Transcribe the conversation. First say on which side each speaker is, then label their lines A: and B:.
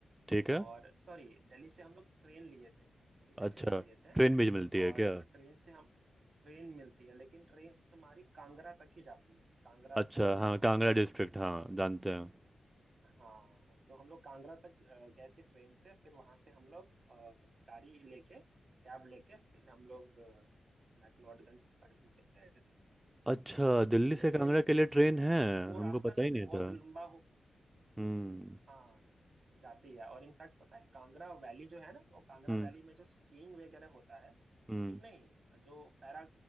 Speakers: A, on the right; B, on the right.
A: ठीक है
B: और सॉरी दिल्ली से हम लोग ट्रेन लिए थे दिल्ली से
A: अच्छा
B: ट्रेन लिए थे
A: ट्रेन भी मिलती
B: और
A: है क्या
B: ट्रेन से हम ट्रेन मिलती है लेकिन ट्रेन तुम्हारी कांगड़ा तक ही जाती है कांगड़ा
A: अच्छा
B: जगह
A: हाँ
B: का नाम
A: कांगड़ा
B: है
A: डिस्ट्रिक्ट हाँ जानते हैं
B: हाँ तो हम लोग कांगड़ा तक अ, गए थे ट्रेन से फिर वहां से हम लोग अ, गाड़ी लेके कैब लेके फिर हम लोग अ, मैक्लोडगंज तक गए थे
A: अच्छा दिल्ली से
B: लेकिन
A: कांगड़ा के लिए ट्रेन है
B: वो
A: हमको
B: रास्ता
A: पता
B: ना
A: ही नहीं
B: बहुत
A: था
B: लंबा हो
A: हम्म
B: हाँ जाती है और इनफैक्ट पता है कांगड़ा वैली जो है ना वो कांगड़ा
A: हम्म
B: वैली में जो स्कीइंग वगैरह होता है
A: हम्म
B: स्कीइंग नहीं जो पैरा